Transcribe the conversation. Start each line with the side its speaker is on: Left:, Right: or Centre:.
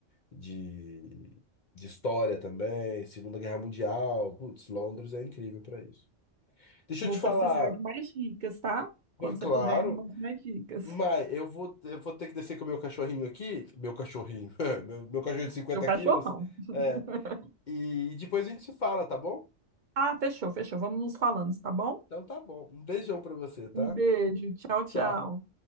Left: de, de história também, Segunda Guerra Mundial, putz, Londres é incrível para isso. Deixa
Right: Vou
Left: eu te falar,
Right: precisar de mais dicas, tá? Quando você
Left: claro,
Right: puder, me manda mais dicas.
Left: mas eu vou, eu vou ter que descer com o meu cachorrinho aqui, meu cachorrinho, <laughs> meu, meu cachorro de 50
Right: Seu cachorrão.
Left: quilos,
Right: <laughs>
Left: é, e depois a gente se fala, tá bom?
Right: Ah, fechou, fechou. Vamos nos falando, tá bom?
Left: Então tá bom. Um beijão para você, tá?
Right: Um beijo. Tchau,
Left: Tchau.
Right: tchau.